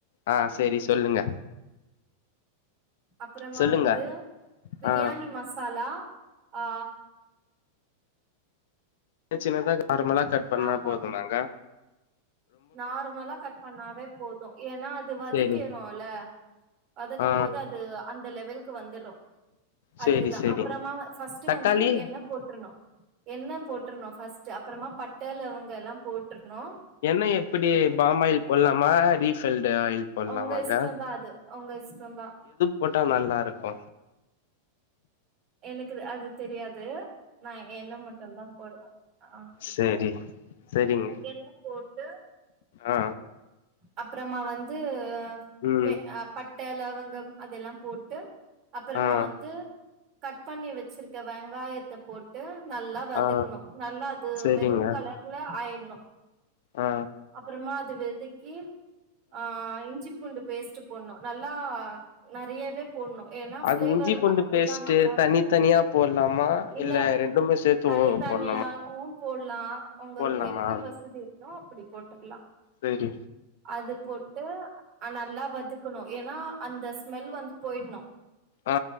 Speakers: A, on the left; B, on the right.
A: ஆ
B: ம்
A: செரி சொல்லுங்க
B: அப்புறமா
A: சொல்லுங்க
B: வந்து பிரியாணி
A: ஆ
B: மசாலா அ
A: சின்ன சின்னதாக நார்மலா கட் பண்ணா
B: ஆமா
A: போது தாங்க
B: நார்மலா கட் பண்ணாவே போது ஏன்னா அது வதக்கிரோல
A: சேரி
B: வதக்கும்
A: ஆ
B: போது அது அந்த லெவலுக்கு வந்துரு அதுக்குதா
A: சேரி சேரிங்
B: அப்புறமா வ ஃபஸ்ட்ட்
A: தக்காளி
B: வந்து எண்ணெ போட்டுர்ணு எண்ணெ போட்டுர்ணு ஃர்ஸ்ட்டு அப்புறமா பட்ட லவங்க எல்லா போட்டுர்ணு
A: எண்ணெ எப்படி பாம் ஆயில் போட்லாமா ரீஃபைல்டு ஆயில் போட்லாமாங்க
B: உங்க இஷ்டந்தா அது உங்க இஷ்டோந்தா
A: கூட்டா நல்லா இருக்கு
B: எனக்கு அது தெரியாது நா எண்ண மட்டுதா போடுவே ஆ
A: சரி சரிங்க
B: எண்ண போட்டு
A: ஆ
B: அப்புறமா வந்து
A: ம்
B: வெ அ பட்ட லவங்கம் அதெல்லா போட்டு அப்புறமா
A: ஆ
B: வந்து கட் பண்ணி வெச்சிருக்க வெங்காயத்த போட் டு நல்லா வெதக்கணு
A: ஆ
B: நல்லா அது
A: சேரிங்க
B: மெரூன் கலர்ல ஆயிர்ணு
A: ஆ
B: அப்புறமா அது வெதக்கி ஆ இஞ்சி பூண்டு பேஸ்ட்டு போட்னு நல்லா நெறையவே போட்னு ஏன்னா ஃபிளேவர்
A: அது இஞ்சி பூண்டு
B: அப்டிதா
A: பேஸ்ட்டு
B: நல்லா இருத்து
A: தனித்தனியா போட்லாமா
B: இல்ல
A: ரெண்டுமே சேத்து
B: தனித்தனியவு
A: போட்லாமா
B: போட்லா உங்களுக்கு
A: போட்லாமா
B: எப்டி வசதி இருக்கோ அப்டி போட்டுக்கலா
A: சரி
B: அது போட்டு நல்லா வதக்கணு ஏன்னா அந்த ஸ்மெல் வந்து போயிட்ணு
A: ஆ